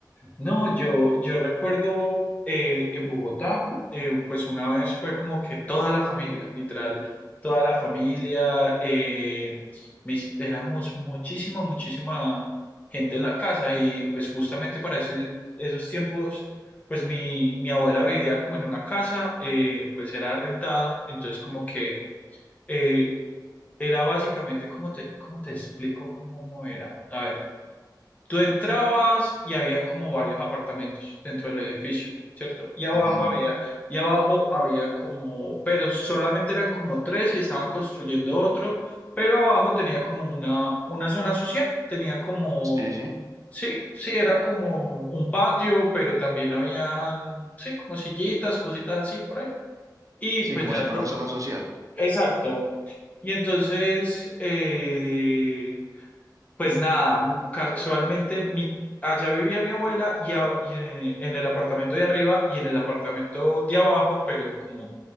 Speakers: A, on the left; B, on the right.
A: No, yo, yo recuerdo eh, en Bogotá, eh, pues una vez fue como que toda la familia, literal, toda la familia, eh, mis- éramos muchísima, muchísima gente en la casa y pues justamente para ese- esos tiempos, pues mi, mi abuela vivía como en una casa, eh, pues era rentada, entonces como que eh, era básicamente, ¿cómo te, cómo te explico cómo era? A ver. Tú entrabas y habían como varios apartamentos dentro del edificio, ¿cierto? Y abajo
B: Ujú,
A: había, y abajo había como, pero solamente eran como tres y estaban construyendo otro, pero abajo tenía como una, una zona social, tenía como,
B: Sí, sí.
A: sí, sí, era como un patio, pero también habían, sí, como sillitas, cositas así por ahí. Y pues
B: Sí, como
A: ya
B: si fuera
A: tocó,
B: un salón social.
A: exacto. Y entonces, eh, pues nada, m- casualmente mi, allá vivía mi abuela y, a- y en, en el apartamento de arriba y en el apartamento de abajo, pero como